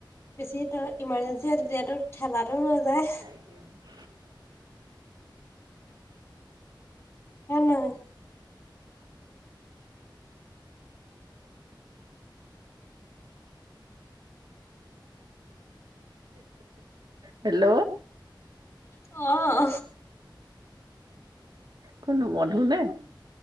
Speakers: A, on the left; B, on the right.
A: বেছি ত' ইমাৰ্জেঞ্চি হয় তেতিয়াতো ঠেলাটো লৈ যায়।
B: <inaudible>
A: হয় নে নহয়? <inaudible>
B: হেল্ল'!
A: অ',
B: কোন নো মধু নে?